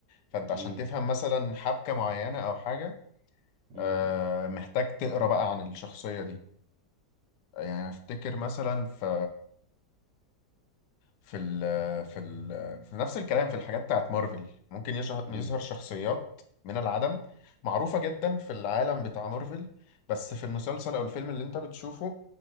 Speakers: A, on the left; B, on the right.
A: فأنت عشان
B: امم
A: تفهم مثلا حبكة معينة أو حاجة
B: امم
A: آه، محتاج تقرأ بقى عن الشخصية دي يعني أفتكر مثلا في في ال في ال في نفس الكلام في الحاجات بتاعت مارفل ممكن يشه- يظهر
B: امم
A: شخصيات من العدم معروفة جدا في العالم بتاع مارفل بس في المسلسل أو الفيلم اللي أنت بتشوفه